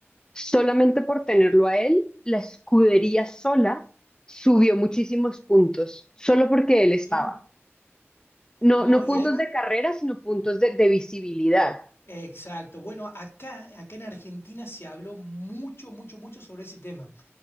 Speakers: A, on the left; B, on the left.
A: solamente por tenerlo a él, la escudería sola subió muchísimos puntos, solo porque él
B: Sí,
A: estaba. No,
B: No,
A: no
B: y
A: puntos
B: además,
A: de carrera, sino puntos de, de visibilidad.
B: exacto. Bueno, acá, acá en Argentina se habló mucho, mucho, mucho sobre ese tema.